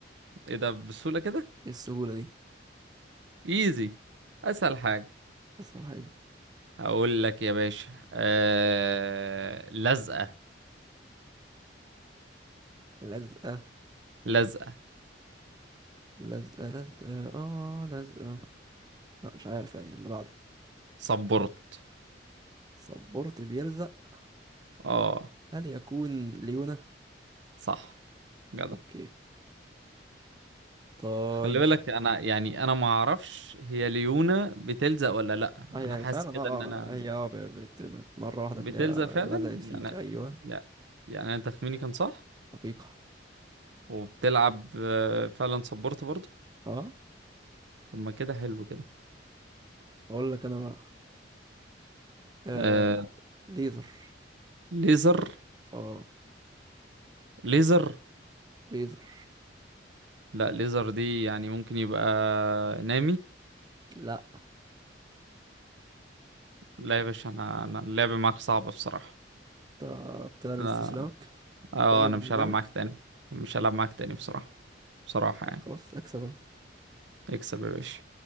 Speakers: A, on the right (about 75°); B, on the right (about 20°).
A: ايه ده بسهولة كده
B: إيه السهولة دي
A: ايزي اسهل حاجة
B: أصل حاجة
A: هقول لك يا باشا آه... لزقة
B: لزقة
A: لزقة
B: لزقة لزقة آه لزقة لا مش عارف يعني اللي بعده
A: سبورت
B: صبرت بيلزق
A: اه
B: هل يكون ليونة
A: صح جدع
B: أوكي طيب
A: خلي بالك انا يعني انا ما اعرفش هي ليونا بتلزق ولا لا
B: اه يعني
A: انا حاسس
B: فعلا اه
A: كده ان انا
B: آه، هي اه ب- بت... بت... مرة واحدة
A: بتلزق
B: تلاقيها
A: فعلا
B: لزقت فيك
A: يعني
B: أيوة
A: يعني يعني انا تخميني كان صح
B: حقيقة
A: وبتلعب آه، فعلا سبورت برضه
B: اه
A: طب ما كده حلو كده
B: اقول لك انا بقى آه
A: آه
B: ليزر
A: ليزر
B: اه
A: ليزر
B: ليزر
A: لا ليزر دي يعني ممكن يبقى نامي
B: لا
A: لا يا باشا انا انا اللعب معاك صعب بصراحة
B: انت بتعلن
A: انا
B: استسلامك
A: اه
B: بتعلن
A: انا
B: انهزامك
A: مش هلعب معاك تاني مش هلعب معاك تاني بصراحة بصراحة
B: ماشي
A: يعني
B: خلاص اكسب انا
A: اكسب يا باشا